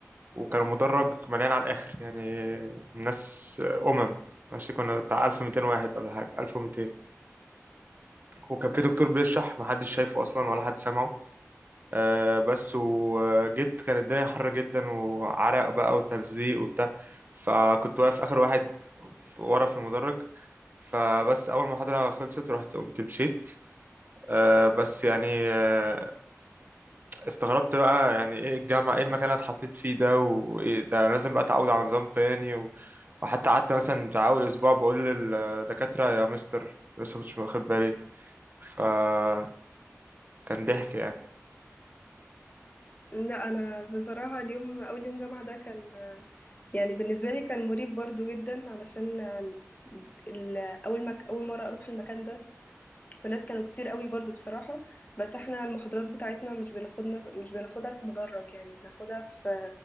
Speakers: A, on the right (about 40°); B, on the left (about 30°).
A: وكان المدرج مليان على الآخر يعني ناس آه، أمم ماشي كنا بتاع 1200 واحد ولا حاجة 1200 وكان في دكتور بيشرح محدش شايفه أصلا ولا حد سامعه أه بس وجيت كانت الدنيا حر جدا وعرق بقى وتلزيق وبتاع فكنت واقف آخر واحد ورا في المدرج فبس اول ما المحاضره خلصت رحت قمت مشيت آه، بس يعني آه، استغربت بقى يعني ايه الجامعة ايه المكان اللي أنا اتحطيت فيه ده وايه ده أنا لازم بقى اتعود على نظام تاني و... وحتى قعدت مثلا بتاع اول اسبوع بقول للدكاترة يا مستر لسه كنتش واخد بالي فكان ضحك يعني
B: لا انا بصراحة اليوم اول يوم جامعة ده كان يعني بالنسبة لي كان مريب برضو جدا علشان ال- اول ما اول مرة اروح المكان ده والناس كانوا كتير قوي برضو بصراحة بس احنا المحاضرات بتاعتنا مش بناخدنا مش بناخدها في مدرج يعني بناخدها في